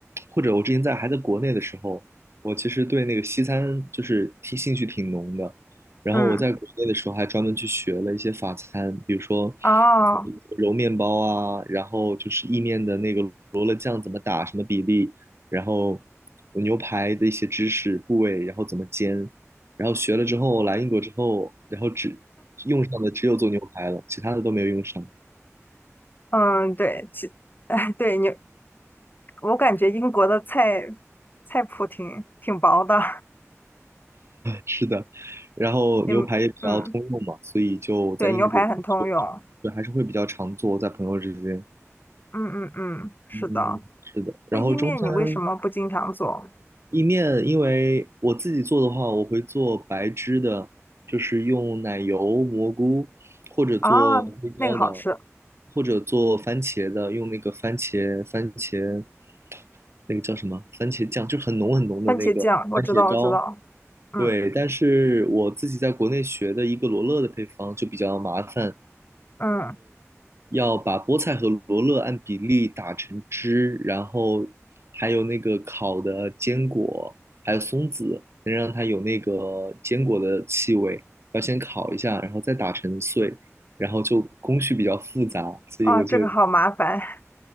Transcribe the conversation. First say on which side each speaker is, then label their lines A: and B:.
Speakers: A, on the right; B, on the left.
A: 或者我之前在还在国内的时候，我其实对那个西餐就是挺兴趣挺浓的。然后我在国内的时候还专门去学了一些法餐，
B: 嗯，
A: 比如说
B: 哦，
A: 揉面包啊，然后就是意面的那个罗勒酱怎么打，什么比例，然后牛排的一些知识部位，然后怎么煎。然后学了之后来英国之后，然后只用上的只有做牛排了，其他的都没有用上。
B: 嗯，对，其 <laughs> 哎，对你，我感觉英国的菜菜谱挺挺薄的，
A: 是的，然后牛排也比较通用嘛，
B: 也嗯，
A: 所以就在英国，
B: 对，牛排很通用。
A: 嘛，对，还是会比较常做，在朋友之间。
B: 嗯嗯嗯，是的。
A: 嗯，是的。然后中餐
B: 那意面你为什么不经常做？
A: 意面，因为我自己做的话，我会做白汁的，就是用奶油、蘑菇，或者做黑椒的，
B: 啊，那个好吃，
A: 或者做番茄的，用那个番茄番茄那个叫什么番茄酱，就很浓很浓的那个番茄膏，
B: 番茄酱，我知道，我知道，嗯
A: 对，但是我自己在国内学的一个罗勒的配方就比较麻烦，
B: 嗯，
A: 要把菠菜和罗勒按比例打成汁，然后还有那个烤的坚果，还有松子，能让它有那个坚果的气味，要先烤一下，然后再打成碎，然后就工序比较复杂，所以我就
B: 啊，这个好麻烦，<laughs>